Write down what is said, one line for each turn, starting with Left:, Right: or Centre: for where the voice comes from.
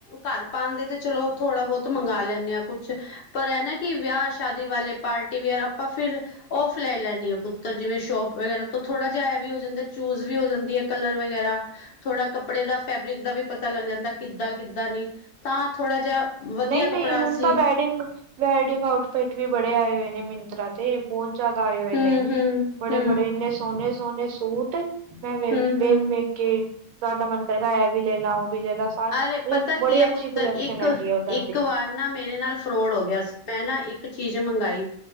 Left: ਘਰ ਪਾਂਦੇ ਤੇ ਚਲੋ ਥੋੜ੍ਹਾ ਬਹੁਤ ਮੰਗਾਂ ਲੈਂਨੇ ਆ ਕੁਛ ਪਰ ਐ ਨਾ ਕਿ ਵਿਆਹ ਸ਼ਾਦੀ ਵਾਲੇ ਪਾਰਟੀ ਵੀਅਰ ਆਪਾਂ ਫਿਰ ਓਫ ਲਈਨ ਲੈਨੀ ਆ ਪੁੱਤਰ, ਜਿਵੇਂ- ਸ਼ੋਪ ਵਗੈਰਾ ਤੋਂ ਥੋੜ੍ਹਾ ਜਿਹਾ ਐ ਵੀ ਹੋ ਜਾਂਦਾ ਚੂਜ ਵੀ ਹੋ ਜਾਂਦੀ ਐ ਕਲਰ ਵਗੈਰਾ ਥੋੜ੍ਹਾ ਕੱਪੜੇ ਦਾ ਫੈਬਰਿਕ ਦਾ ਵੀ ਪਤਾ ਲੱਗ ਜਾਂਦਾ। ਕਿੱਦਾਂ -ਕਿੱਦਾਂ ਨਹੀਂ ਤਾਂ ਥੋੜ੍ਹਾ ਜਿਹਾ ਵਧੀਆ
Right: ਨਈ-ਨਈ
Left: ਕੱਪੜਾ
Right: ਹੁਣ
Left: ਸੀ
Right: ਤਾਂ ਬੈਡਿੰਗ ਵੈਡਿੰਗ ਆਊਟਫਿਟ ਵੀ ਬੜੇ ਆਏ ਹੋਏ ਨੇ ਮਿੰਤਰਾ 'ਤੇ ਬਹੁ ਜ਼ਿਆਦਾ ਆਏ ਹੋਏ
Left: ਹੂੰ
Right: ਨੇ,
Left: ਹੂੰ
Right: ਬੜੇ-ਬੜੇ
Left: ਹੂੰ
Right: ਇੰਨੇ ਸੋਹਣੇ-ਸੋਹਣੇ ਸੂਟ ਮੈਂ ਵੇ
Left: ਹੂੰ
Right: ਵੇਖ-ਵੇਖ
Left: ਹੂੰ
Right: ਕੇ ਤੁਹਾਡਾ ਮਨ ਕਰੇਗਾ ਇਹ ਵੀ ਲੈ ਲਾ, ਓ ਵੀ ਲੈ ਲਾ। ਸਾਰ ਮਤਲਬ
Left: ਅਰੇ ਪਤਾ
Right: ਬੜੀ
Left: ਕੀ ਆ
Right: ਅੱਛੀ
Left: ਪੁੱਤਰ,
Right: ਕਲੈਕਸ਼ਨ
Left: ਇੱਕ-ਇੱਕ
Right: ਹੈਗੀ ਆ ਉਦਾਂ ਤੇ
Left: ਵਾਰ ਨਾ ਮੇਰੇ ਨਾਲ ਫਰੋਡ ਹੋ ਗਿਆ ਸੀ, ਮੈਂ ਨਾ ਇੱਕ ਚੀਜ਼ ਮੰਗਾਈ